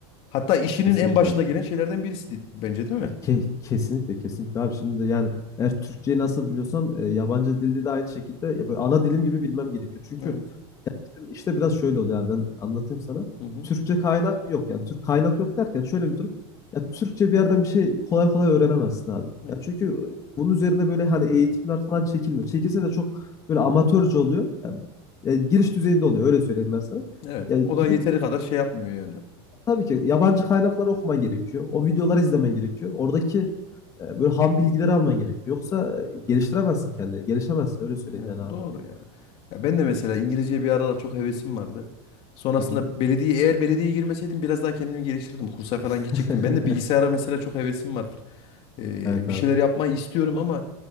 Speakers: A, on the left (about 45°); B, on the left (about 25°).
A: hatta işinin
B: Kesinlikle.
A: en başına gelen şeylerden birisi di- bence değil
B: Ya
A: mi?
B: ke- kesinlikle kesinlikle abi şimdi yani eğer Türkçeyi nasıl biliyorsam e, yabancı dilde de aynı şekilde ya böyle ana dilim gibi bilmem gerekiyor. Çünkü
A: Evet.
B: bizim işte biraz şöyle oluyor abi ben anlatayım sana.
A: Hı hı.
B: Türkçe kaynak yok yani Türk kaynak yok derken şöyle bir durum. Ya Türkçe bir yerden bir şey kolay kolay öğrenemezsin abi.
A: Evet.
B: Ya çünkü bunun üzerine böyle hani eğitimler falan çekilmiyor. Çekilse de çok böyle amatörce oluyor. Ya- ya giriş düzeyinde oluyor öyle söyleyeyim ben sana.
A: Evet.
B: Ya gidip
A: O da yeteri kadar şey yapmıyor yani.
B: Tabii ki yabancı kaynakları okuman gerekiyor. O videoları izlemen gerekiyor. Oradaki e, böyle ham bilgileri alman gerekiyor. Yoksa e, geliştiremezsin kendini. Gelişemezsin öyle söyleyeyim
A: Ya
B: yani abi.
A: doğru ya. Ya ben de mesela İngilizceye bir aralar çok hevesim vardı. Sonrasında
B: Hı hı.
A: belediye eğer belediyeye girmeseydim biraz daha kendimi geliştirirdim. Kursa falan
B: <laughs>
A: gidecektim. Ben de bilgisayara mesela çok hevesim vardır. Ee,
B: Evet
A: bir
B: abi.
A: şeyler yapmayı istiyorum ama